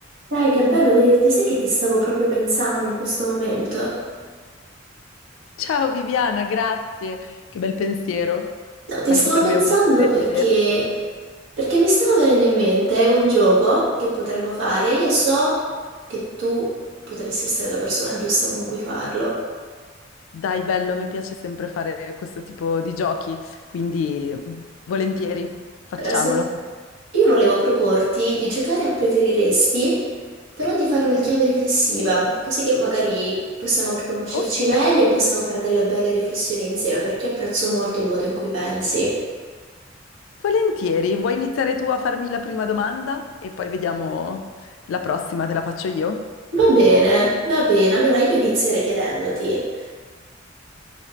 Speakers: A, on the right; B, on the left.
A: Dai, che bello vederti, sai che ti stavo proprio pensando in questo momento?
B: Ciao Viviana, grazie. Che bel pensiero.
A: No, ti
B: Anche
A: stavo
B: per
A: pensando
B: me è un piacere
A: perché,
B: vedere.
A: perché mi stava venendo in mente un gioco che potremmo fare. Io so che tu potresti essere la persona giusta con cui farlo.
B: Dai, bello, mi piace sempre fare questo tipo di giochi, quindi mm, volentieri, facciamolo.
A: Allora, se... Io volevo proporti di giocare a preferiresti, però di farlo in chiave riflessiva, così che magari possiamo anche conoscerci
B: Ok.
A: meglio e possiamo fare delle belle riflessioni insieme, perché io apprezzo molto il modo in cui pensi.
B: Volentieri, vuoi iniziare tu a farmi la prima domanda e poi vediamo la prossima, te la faccio io?
A: Va bene, va bene. Allora io inizierei chiedendoti,